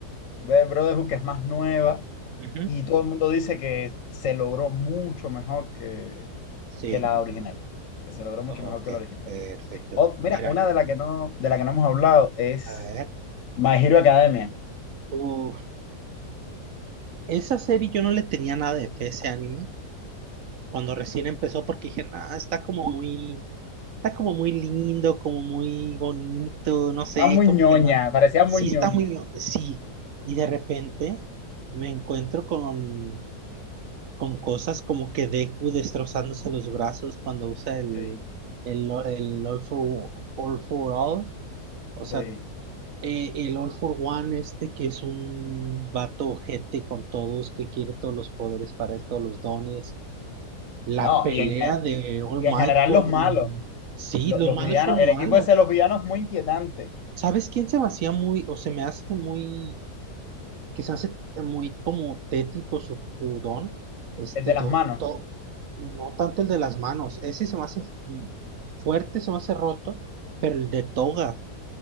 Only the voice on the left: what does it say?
Ve Brotherhood que es más nueva
Y todo el mundo dice que se logró mucho mejor que,
que la original, que se logró mucho
mejor que la original.
O- mira,
una de la que no, de la que no hemos hablado es
My Hero Academia.
Está muy
ñoña,
parecía muy
ñoña.
Sí,
sí.
No,
y en, ge-
y,
y
en general
los malos,
lo-
los,
villanos,
el
equipo ese de los villanos es muy inquietante,
el de las
manos.